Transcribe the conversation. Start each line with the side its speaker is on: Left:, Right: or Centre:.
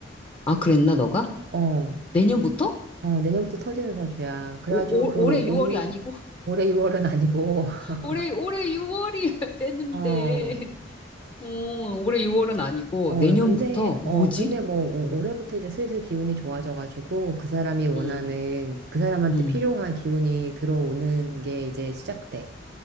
Left: 아, 그랬나, 너가?
Right: 어.
Left: 내년부터?
Right: 어, 내년부터 터지는 사주야. 그래가지고
Left: 오, 올-
Right: 그
Left: 올해 6월이
Right: 운이
Left: 아니고? <laughs>
Right: 올해 6월은 아니고, <laughs>
Left: 올해, 올해 6월이 <laughs> 되는데.
Right: 어,
Left: 어, 올해 6월은 아니고,
Right: 어,
Left: 내년부터?
Right: 근데, 어,
Left: 뭐지?
Right: 근데 뭐, 오-
Left: 응,
Right: 올해부터 이제 슬슬 기운이 좋아져가지고, 그 사람이 원하는,
Left: 응,
Right: 그 사람한테
Left: 응.
Right: 필요한 기운이 들어오는 게 이제 시작돼.